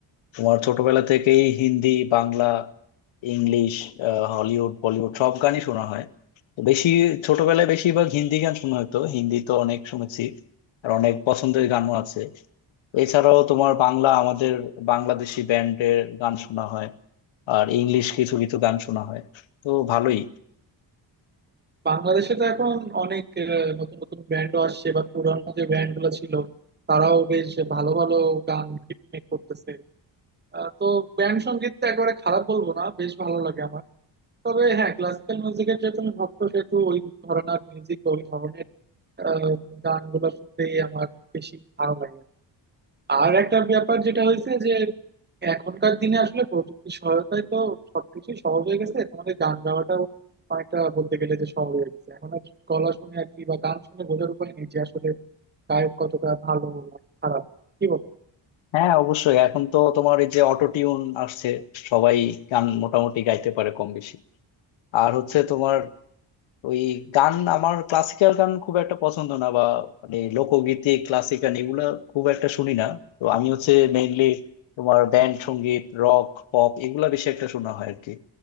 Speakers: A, on the left (about 85°); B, on the right (about 25°).
A: তোমার ছোটবেলা থেকেই Hindi Bangla English আহ, Hollywood Bollywood সব গানই শোনা হয় তো বেশি ছোটবেলায় বেশিরভাগ হিন্দি গান শোনা হতো হিন্দি তো অনেক শুনেছি আর অনেক পছন্দের গানও আছে এছাড়াও তোমার বাংলা আমাদের বাংলাদেশি ব্যান্ডের গান শোনা হয় আর ইংলিশ কিছু কিছু গান শোনা হয় তো ভালোই
B: বাংলাদেশে তো এখন অনেক আহ, নতুন নতুন ব্যান্ডও আসছে বা পুরানো যে ব্যান্ড গুলো ছিল তারাও বেশ ভালো ভালো গান মেক করতেছে আহ, তো ব্যান্ড সঙ্গীত তো একেবারে খারাপ বলবো না বেশ ভালো লাগে আমার তবে হ্যাঁ ক্লাসিক্যাল মিউজিকের যেহেতু আমি ভক্ত সেহেতু ওই ধরনের মিউজিক ওই ধরনের আহ, গানগুলো শুনতেই আমার বেশি ভালো লাগে আর একটা ব্যাপার যেটা হয়েছে যে এখনকার দিনে আসলে প্রযুক্তির সহায়তায় তো সবকিছুই সহজ হয়ে গেছে তোমাদের গান গাওয়াটাও অনেকটা বলতে গেলে যে সহজ হয়ে গেছে এখন আর গলা শুনে আর কি বা গান শুনে বোঝার উপায় নেই যে আসলে গায়ক কতটা ভালো না খারাপ কি বল
A: হ্যাঁ অবশ্যই এখন তো তোমার এই যে অটো টিউন আসছে সবাই গান মোটামুটি গাইতে পারে কম বেশি আর হচ্ছে তোমার ওই গান আমার ক্লাসিক্যাল গান খুব একটা পছন্দ না বা মানে লোকগীতি ক্লাসিক্যাল এগুলো খুব একটা শুনি না তো আমি হচ্ছে মেইনলি তোমার ব্যান্ড সঙ্গীত রক পপ এগুলা বেশি একটা শোনা হয় আর কি